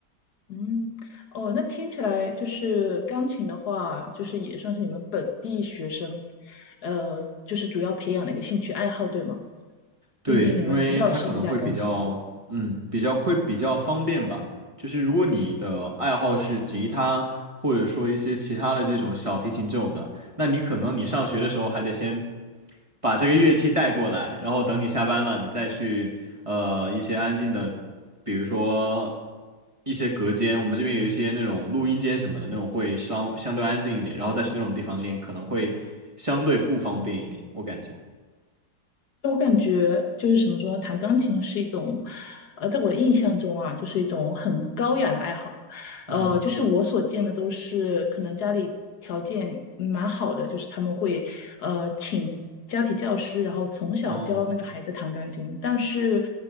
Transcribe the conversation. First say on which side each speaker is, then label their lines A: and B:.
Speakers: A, on the left (about 60°); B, on the right (about 20°).
A: 嗯，哦，那听起来就是钢琴的话，就是也算是你们本地学生，呃，就是主要培养的一个兴趣爱好，对吗？
B: 对，
A: 毕竟你们学校有十几架钢琴。
B: 因为它可能会比较，嗯，比较会比较方便吧。就是如果你的爱好是吉他，或者说一些其他的这种小提琴这种的，那你可能你上学的时候还得先把这个乐器带过来，然后等你下班了，你再去呃一些安静的，比如说一些隔间，我们这边有一些那种录音间什么的，那种会相相对安静一点，然后再去那种地方练，可能会相对不方便一点，我感觉。
A: 我感觉就是怎么说呢，弹钢琴是一种，呃，在我的印象中啊，就是一种很高雅的爱好。
B: 嗯，
A: 呃，就是我所见的都是可能家里条件蛮好的，就是他们会呃请家庭教师，然后从小教那个孩子弹钢琴。
B: 哦。
A: 但是，